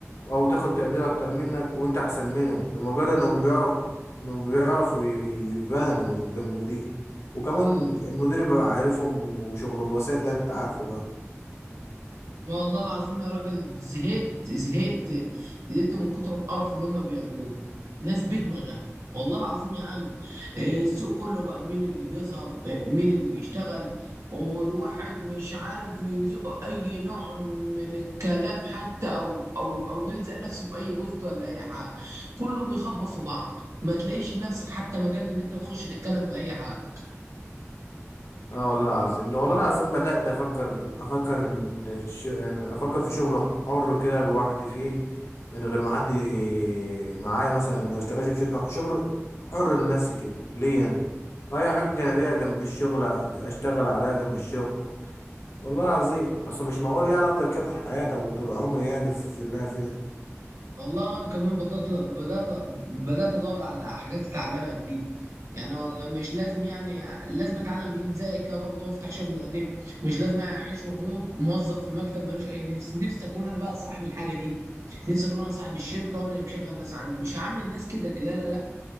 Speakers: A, on the left; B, on the right.
A: او تاخد تقدير اكتر منك وانت احسن منهم لمجرد انهم بيعرفوا انهم بيعرفوا ي- يبانوا قدام المدير وكمان المدير بيبقى عارفهم وشغل الوسائط ده انت عارفه بقى
B: والله العظيم يا راجل زهقت زهقت زهقت من كتر القرف اللي هم بيعملوه ناس بدماغها والله العظيم يا عم إيه، السوق كله بقى مين اللي بيظهر إيه، مين اللي بيشتغل والواحد مش عارف يزق اي نوع من الكلام حتى او او او يلزق نفسه في اي بوست ولا اي حاجه كله بيخبط في بعض ما تلاقيش لنفسك حتى مجال ان انت تخش تتكلم في اي حاجه
A: اه والله العظيم ده والله العظيم بدأت أفكر أفكر إن الش- أفكر في شغل حر كده لوحدي فيه من غير ما حد ي- معايا مثلا ما بشتغلش في شركة شغل حر لنفسي كده ليا أنا وأي حاجة جانبية جنب الشغل أشتغل عليها جنب الشغل والله العظيم أصل مش معقول يعني أفضل كده طول حياتي أو طول عمري يعني في اللي أنا فيه ده
B: والله انا كمان بدات بدات بدات ادور على حاجات اتعلمها جديد يعني والله مش لازم يعني لازم اتعلم جديد زيك كده برضه وافتح شغل يعني مش لازم اعيش واموت موظف في مكتب ملوش اي نفسي نفسي اكون انا بقى صاحب الحاجه دي نفسي اكون انا صاحب الشركه وانا اللي مشغل الناس عندي مش هعامل الناس كده لا لا لا